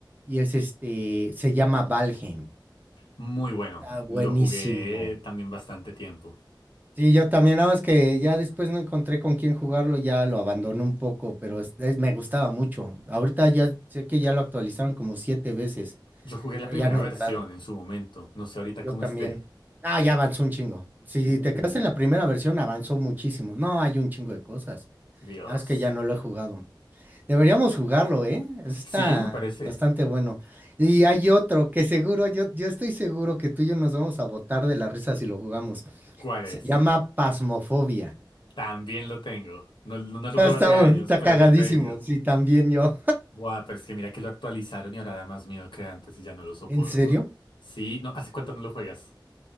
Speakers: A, on the right (about 20°); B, on the left (about 75°).
A: y es este, se llama Valheim.
B: muy bueno.
A: Está buenísimo.
B: Lo jugué también bastante tiempo.
A: Sí, yo también, nada más que ya después no encontré con quién jugarlo, ya lo abandoné un poco, pero es- es- me gustaba mucho. Ahorita ya sé que ya lo actualizaron como siete veces,
B: Yo jugué
A: pero
B: la primera
A: ya no
B: versión
A: he entrado.
B: en su momento, no sé ahorita
A: Yo
B: cómo
A: también.
B: esté.
A: Ah, ya avanzó un chingo. Si
B: Uh,
A: te quedas en la primera versión, avanzó muchísimo. No, hay un chingo de cosas.
B: Dios.
A: Nada más que ya no lo he jugado. Deberíamos jugarlo, ¿eh? Está
B: Sí, me parece.
A: bastante bueno. Y hay otro que seguro, yo, yo estoy seguro que tú y yo nos vamos a botar de la risa si lo jugamos.
B: ¿Cuál
A: Se
B: es?
A: llama Pasmofobia.
B: También lo tengo. No, no, no lo
A: Ah,
B: juego
A: Está,
B: hace
A: bu-
B: años,
A: está
B: pero
A: cagadísimo,
B: lo tengo.
A: sí, también yo.
B: Buah, pero es que mira que lo actualizaron y ahora da más miedo que antes y ya no lo soporto.
A: <laughs> ¿En serio?
B: Sí, no, ¿hace cuánto no lo juegas?